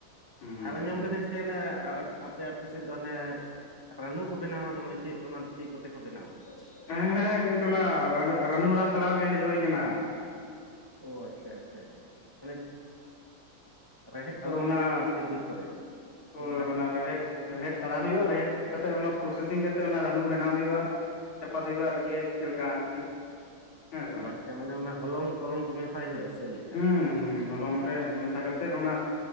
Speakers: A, on the left; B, on the right.
A: ᱦᱩᱸ
B: ᱟᱨ ᱟᱸᱡᱚᱢ ᱠᱟᱹᱫᱟᱹᱧ ᱥᱮ ᱪᱮᱫ ᱚᱱᱮ ᱮᱻ ᱟᱯᱮ ᱟᱹᱛᱩ ᱥᱮᱫ ᱫᱚ ᱚᱱᱮ ᱨᱟᱹᱱᱩ ᱠᱚ ᱵᱮᱱᱟᱣᱟ ᱫᱚᱢᱮ ᱪᱮᱫ ᱚᱱᱟ ᱫᱚ ᱪᱮᱫ ᱠᱚᱛᱮ ᱠᱚ ᱵᱮᱱᱟᱣᱟ?
A: <inaudible> ᱦᱮᱸ ᱦᱮᱸ ᱜᱚᱝᱠᱮ ᱚᱱᱟ ᱨᱟᱹᱱ ᱨᱟᱹᱱᱩ ᱨᱟᱱ ᱛᱟᱲᱟᱣ ᱜᱮ ᱦᱮᱡ ᱦᱩᱭ ᱠᱟᱱᱟ ᱾
B: ᱚ ᱟᱪᱪᱷᱟ ᱟᱪᱪᱷᱟ ᱟᱪᱪᱷᱟ <unintelligible> ᱨᱮᱦᱮᱫ ᱠᱚ
A: ᱟᱫᱚ
B: ᱫᱚᱢᱮ
A: ᱚᱱᱟ
B: ᱧᱟᱢᱚᱜᱼᱟ ᱥᱮ ᱵᱤᱨ ᱠᱚᱨᱮ
A: ᱦᱚᱭ
B: ᱚᱱᱠᱟᱱᱟᱜ
A: ᱚᱱᱟ ᱨᱮᱦᱮᱫ ᱨᱮᱦᱮᱫ ᱛᱟᱲᱟᱣ ᱦᱩᱭᱩᱜᱼᱟ ᱨᱮᱦᱮᱫ ᱠᱟᱛᱮ ᱚᱱᱟ ᱯᱨᱚᱥᱮᱥᱤᱝ ᱠᱟᱛᱮ ᱚᱱᱟ ᱨᱟᱹᱱᱩ ᱵᱮᱱᱟᱣ ᱦᱩᱭᱩᱜᱼᱟ ᱾ ᱪᱟᱯᱟᱥ ᱦᱩᱭᱩᱜᱼᱟ ᱟᱨᱠᱤ ᱪᱮᱜ ᱞᱮᱠᱟ ᱟᱨᱠᱤ ᱦᱮᱸ ᱥᱮ
B: ᱚ ᱟᱪᱪᱷᱟ ᱢᱟᱱᱮ ᱚᱱᱟ ᱦᱚᱞᱚᱝ ᱛᱚᱞᱚᱝ ᱠᱚ ᱢᱮᱥᱟᱭ ᱦᱩᱭᱩᱜᱼᱟ ᱥᱮ ᱪᱮᱫ ᱞᱮᱠᱟ?
A: ᱦᱩᱸ ᱦᱩᱸ ᱾ ᱦᱚᱞᱚᱝ ᱨᱮ ᱢᱮᱥᱟ ᱠᱟᱛᱮᱫ ᱚᱱᱟ